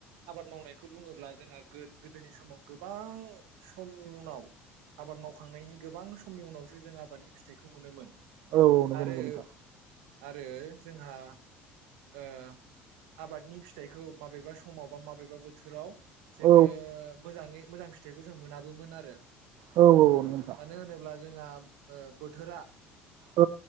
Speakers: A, on the right; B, on the right.
A: आबाद मावनायखौ बुङोब्ला जोंहा गोद गोदोनि समाव गोबां समनि उनाव आबाद मावखांनायनि गोबां स समनि उनावसो जों आबादनि फिथाइखौ मोनोमोन
B: औ नंगौ
A: आरो
B: नंगौ नोंथां
A: <unintelligible> जोंहा ओ आबादनि फिथाइखौ माबेबा समाव बा माबेबा बोथोराव जोङो
B: औ
A: मोजाङै मोजां फिथाइखौ जों मोनाबोमोन आरो
B: औ औ नंगो नोंथां
A: मानो होनोब्ला जोंहा ओ बोथोरा
B: औ